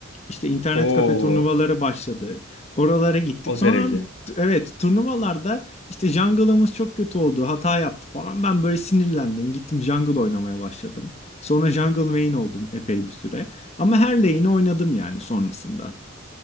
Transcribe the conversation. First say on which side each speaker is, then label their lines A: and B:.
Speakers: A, on the left; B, on the left.
A: İşte internet
B: Oo,
A: kafe turnuvaları başladı. Oralara gittik.
B: o
A: Sonra
B: derece.
A: abi t- evet turnuvalarda işte jungle'ımız çok kötü oldu. Hata yaptı falan. Ben böyle sinirlendim. Gittim jungle oynamaya başladım. Sonra jungle main oldum epey bir süre. Ama her lane'i oynadım yani sonrasında.